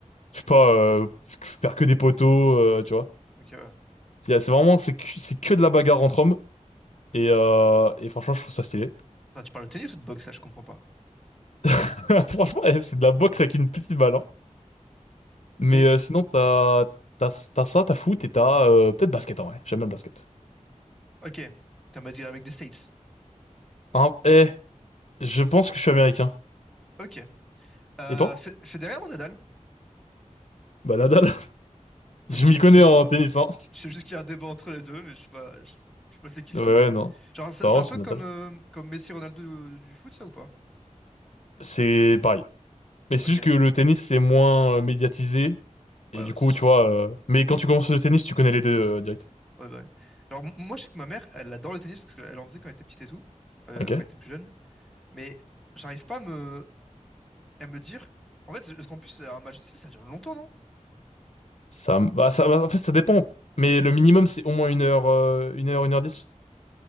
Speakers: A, on the left (about 60°); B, in the centre.
A: je sais pas, euh, faire que des poteaux, euh, tu vois.
B: Ok, ouais.
A: C'est c'est vraiment, c'est que, c'est que de la bagarre entre hommes. Et, euh, et franchement, je trouve ça stylé.
B: Attends, tu parles de tennis ou de boxe, ça, je comprends pas.
A: <laughs> Franchement, eh, c'est de la boxe avec une petite balle. hein. Mais
B: Mais,
A: euh, sinon, t'as, t'as, t'as ça, t'as foot et t'as euh, peut-être basket en vrai. J'aime bien le basket.
B: ok. T'as m'a un mec des States.
A: Hein, eh, je pense que je suis américain.
B: Ok. Euh,
A: Et toi?
B: Fe- Federer ou Nadal?
A: Bah Nadal. <laughs> Je
B: Ok,
A: m'y
B: je
A: connais
B: sais
A: en
B: pas.
A: tennis, hein.
B: Je sais juste qu'il y a un débat entre les deux, mais je sais pas, je, je sais pas c'est qui
A: Ouais,
B: le goût
A: ouais, non.
B: Genre, c'est
A: Non,
B: c'est un
A: c'est
B: peu
A: Nadal.
B: comme, euh, comme Messi Ronaldo du, du foot, ça ou pas?
A: C'est pareil. Mais c'est
B: Ok.
A: juste que le tennis, c'est moins euh, médiatisé.
B: Ouais,
A: Et du
B: ouais,
A: coup,
B: c'est sûr.
A: tu vois. euh, Mais quand tu commences le tennis, tu connais les deux euh, direct.
B: Ouais, bah ouais. Genre, m- moi, je sais que ma mère, elle adore le tennis parce qu'elle en faisait quand elle était petite et tout, euh,
A: Ok.
B: quand elle était plus jeune, mais j'arrive pas à me, à me dire. En fait, parce qu'en plus, un match de tennis, ça dure longtemps, non?
A: Ça, me- bah, ça, bah, en fait, ça dépend. Mais le minimum, c'est au moins une heure, euh, une heure, une heure dix,